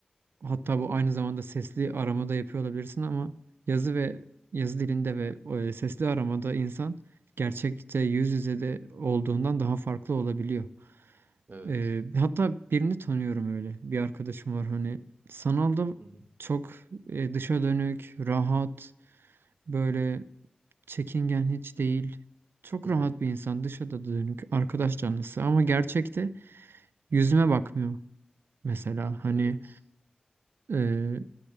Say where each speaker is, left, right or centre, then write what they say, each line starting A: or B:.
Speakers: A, on the right; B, on the right.
A: hatta bu aynı zamanda sesli aramada yapıyor olabilirsin ama yazı ve yazı dilinde ve e, sesli aramada insan gerçekte yüz yüze de olduğundan daha farklı olabiliyor.
B: Evet.
A: Ee, hatta birini tanıyorum öyle. Bir arkadaşım var hani sanalda
B: Hı hı.
A: çok e, dışa dönük, rahat, böyle çekingen hiç değil. Çok
B: Hı hı.
A: rahat bir insan, dışa da dönük, arkadaş canlısı ama gerçekte yüzüme bakmıyor mesela. Hani
B: Evet.
A: e,